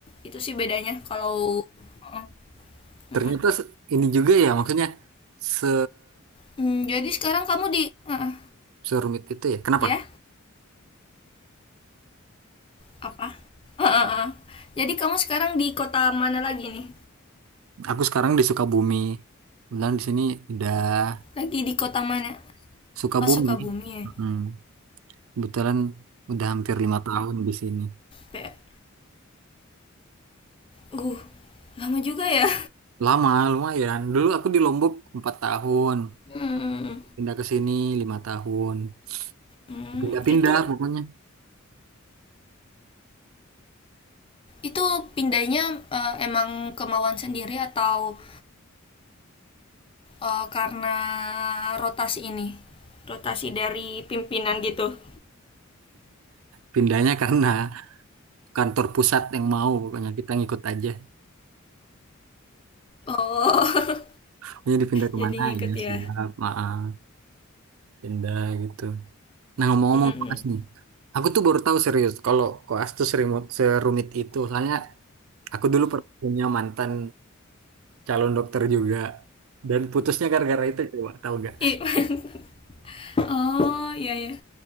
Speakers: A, on the left (about 25°); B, on the right (about 75°).
A: itu sih bedanya kalau Mm, mm-mm.
B: ternyata se- ini juga ya maksudnya se
A: Hmm, jadi sekarang kamu di eh,
B: serumit itu ya. Kenapa?
A: ya apa Eh, eh, eh. jadi kamu sekarang di kota mana lagi nih
B: Aku sekarang di Sukabumi. Kebetulan di sini udah
A: lagi di kota mana
B: Sukabumi.
A: oh, Sukabumi ya
B: Mm, Kebetulan udah hampir lima tahun di sini.
A: Pe- uh lama juga ya
B: Lama, lumayan. Dulu aku di Lombok empat tahun,
A: Hmm,
B: pindah ke sini lima tahun.
A: hmm,
B: Pindah-pindah
A: itu
B: pokoknya.
A: Itu pindahnya eh, emang kemauan sendiri atau eh, karena rotasi ini? Rotasi dari pimpinan gitu.
B: Pindahnya karena kantor pusat yang mau, pokoknya kita ngikut aja.
A: Oh, <laughs>
B: Pokoknya dipindah kemana
A: Jadi ngikut
B: ya
A: ya.
B: siap, maaf, pindah gitu. Nah ngomong-ngomong
A: Mm-mm.
B: koas nih, aku tuh baru tahu serius kalau koas tuh serumit, serumit itu. Soalnya aku dulu pernah punya mantan calon dokter juga dan putusnya gara-gara itu coba tahu gak?
A: i- <laughs> oh iya ya.